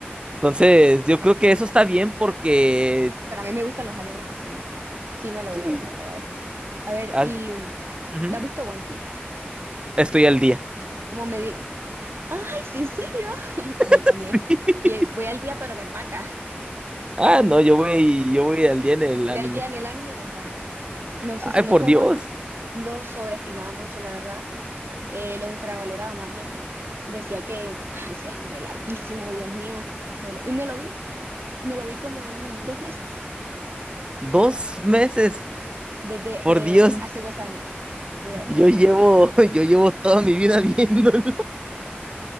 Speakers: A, on the right; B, on the right.
A: Entonces, yo creo que eso está bien porque
B: Bueno, a mí me gustan los animes así, entonces. Sí me lo voy
A: sí,
B: a ver, me lo voy a ver. A ver,
A: ah,
B: y
A: ujú,
B: ¿te has visto One Piece?
A: estoy al día.
B: Como me di... ¡Ay, sí, en serio! <laughs> Yo
A: <laughs>
B: también. Y eh, voy al día, pero en el manga.
A: Ah, no, yo voy, yo voy al día en el
B: Voy
A: anime.
B: al día en el anime y en el manga. Me obsesioné
A: Ay, por
B: con
A: Dios,
B: One Piece. Lo sobreestimaba mucho, la verdad. Eh, lo infravaloraba más bien. Decía que ah, ese anime larguísimo, Dios mío. Me lo- y me lo vi. Me lo vi como en dos meses.
A: dos meses.
B: Desde
A: Por Dios,
B: eh, hace dos años. Desde hace
A: yo
B: dos años.
A: llevo, <laughs> yo llevo toda mi vida <laughs> viéndolo.